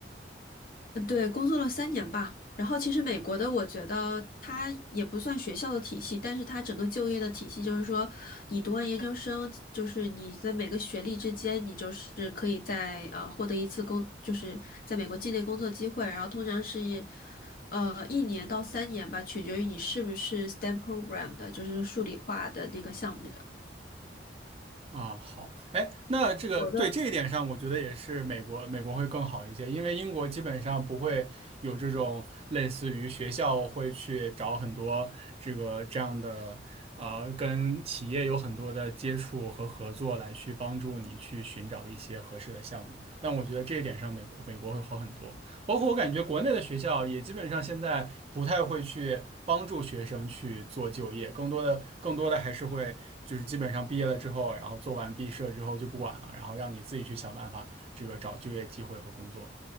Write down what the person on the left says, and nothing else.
对，工作了三年吧。然后其实美国的，我觉得它也不算学校的体系，但是它整个就业的体系就是说，你读完研究生，就是你在每个学历之间，你就是可以在呃获得一次工，就是在美国境内工作机会。然后通常是呃一年到三年吧，取决于你是不是 STEM program 的，就是数理化的那个项目的。
我的。